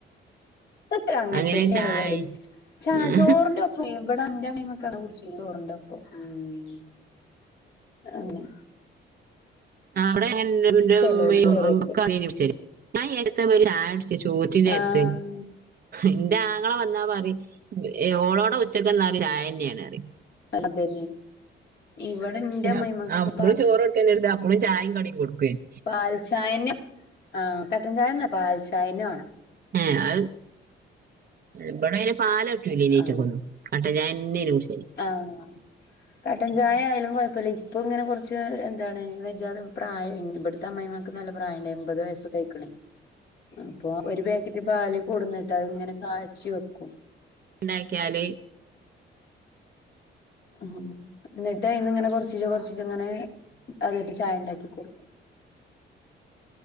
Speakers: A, on the left; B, on the right.
A: ക്കെ അങ്ങൻ
B: അങ്ങനെ
A: തന്നേണ്
B: ചായ
A: ഇവടിം ചാ
B: ഉം.
A: ചോറിന്റെ ഒപ്പം ഇവടെന്റെ അമ്മീമ്മക്ക് അത് കുടി ച്ചി ചോറിൻ്റൊപ്പം ഉം അങ്ങനെ
B: ആഹ് ഇബടെ എൻ <unintelligible> ൻ്റുമ്മയു
A: ചെലോല് ഓരോരുത്തര്
B: അറിയേനി കുടിച്ചേര് <unintelligible> ചായോടിച്ചി ചോറ്റിന്റെര്ത്ത്
A: ആഹ്
B: ഇന്റെ ആങ്ങള വന്നാ പറിം ഓളോടെ ഉച്ചക്കന്നാല് ചായന്നെയാണറിം
A: അതന്നെ ഇവിടെ എന്റെ അമ്മായിമ്മക്കൊക്കെ
B: അ അമ്മള് ചോറാടുക്കന്നേണ് ലാം ഓള് ചായിം കടിം കൊടുക്കേനു
A: പാൽചായന്നെ ആഹ് കട്ടൻ ചായന്നെ പാൽചായന്ന വേണം
B: ഏഹ് അഹ് ഇബടയിന് പാലറ്റൂലേലേറ്റി
A: അത്
B: കൊന്നും കട്ടൻ ചായന്നേനി കുടിച്ചല്
A: ആഹ് കട്ടൻ ചായ ആയാലും കൊയപ്പല്ല ഇപ്പൊ ഇങ്ങനെ കുറച്ച് എന്താണ് വെജ്ജാതെ പ്രായ ഇ ഇബട്ത അമ്മായിമാക്ക് നല്ല പ്രായണ്ട് എമ്പപത് വയസ്സ ക അപ്പൊ ഒരു പാക്കറ്റ് പാല് കൊടുന്നിട്ട് അതിങ്ങനെ കാച്ചി വെക്കും
B: ണ്ടാക്കിയാല്
A: ആഹ് ന്നിട്ട് അയിന്ന് ഇങ്ങനെ കൊറ കൊർച്ചീച്ചെ കൊർച്ചീച്ചങ്ങനെ അതായിട്ട് ചായണ്ടാക്കി കൊട്